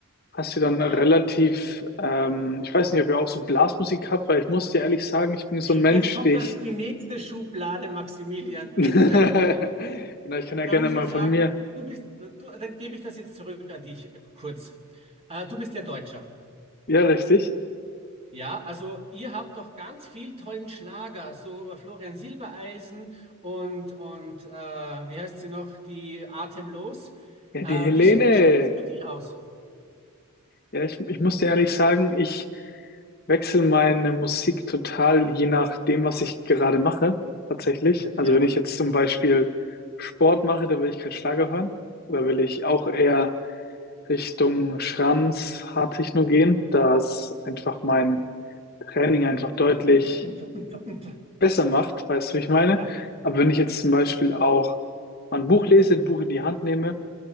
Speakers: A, on the left; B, on the right.
A: hast ja dann relativ,
B: Ja.
A: ähm, ich weiß nicht, ob ihr auch so Blasmusik habt, weil ich muss dir ehrlich sagen, ich bin so ein Mensch,
B: Jetzt kommt
A: die ich,
B: das, die nächste Schublade, Maximilian,
A: <laughs> genau,
B: bitte.
A: ich kann ja
B: Dann
A: gerne
B: muss
A: mal
B: ich sagen,
A: von mir,
B: du bist, äh, du, dann gebe ich das jetzt zurück an dich äh, kurz. Äh, du bist ja Deutscher.
A: ja, richtig?
B: Ja, also ihr habt doch ganz viel tollen Schlager, so äh, Florian Silbereisen und, und äh, wie heißt sie noch, die Atemlos.
A: Ja,
B: Äh,
A: die Helene,
B: wie steht, schaut denn das bei dir aus?
A: ja, ich, ich muss dir ehrlich sagen, ich wechsle meine Musik total je nachdem, was ich gerade mache, tatsächlich.
B: <laughs>
A: Also
B: Ja.
A: wenn ich jetzt zum Beispiel Sport mache, dann will ich keinen Schlager hören. Oder will ich auch eher Richtung Schranz, Hardtechno gehen, da es einfach mein Training einfach deutlich
B: Und, und, und, und.
A: besser macht, weißt du, wie ich meine?
B: Ja,
A: Aber wenn ich jetzt zum Beispiel auch mal ein Buch lese, ein Buch in die Hand nehme,